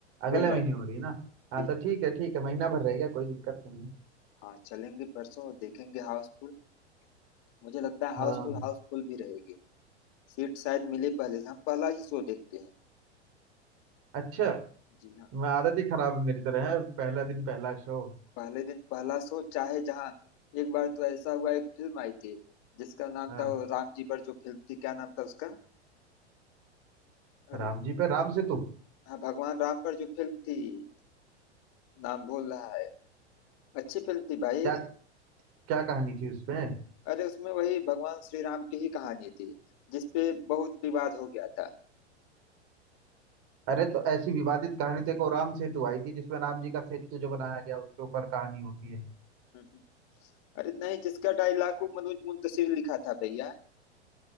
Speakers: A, on the right (about 40°); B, on the left (about 45°).
A: अगले
B: कोई बात
A: महीने हो रही है ना
B: नहीं
A: हाँ तो
B: जी जी
A: ठीक है ठीक है महीना भर रह गया कोई दिक्कत नहीं है
B: हाँ चलेंगे परसों और देखेंगे हाउसफुल मुझे लगता है हाउसफुल
A: हाँ
B: हाउसफुल भी रहेगी सीट शायद मिले पहले से हम पहला ही शो देखते हैं
A: अच्छा
B: जी हाँ
A: मैं आदत ही खराब है मेरी तरह है पहला दिन पहला शो
B: पहले दिन पहला शो चाहे जहाँ एक बार तो ऐसा हुआ एक फिल्म आई थी जिसका नाम
A: हाँ
B: था वो राम जी पर जो फिल्म थी क्या नाम था उसका अरे
A: राम जी पे राम सेतु
B: हाँ भगवान राम पर जो फिल्म थी नाम भूल रहा है अच्छी फिल्म थी भाई
A: क्या क्या कहानी थी उसमें
B: अरे उसमें वही भगवान श्री राम की ही कहानी थी जिसपे बहुत विवाद हो गया था
A: अरे तो ऐसी विवादित कहानी थी को राम सेतु आई थी जिसमें राम जी का सेतु जो बनाया गया उसके ऊपर कहानी होती है
B: हम्म, हम्म। अरे नहीं जिसका डायलॉग को मनोज मुंतशिर लिखा था भैया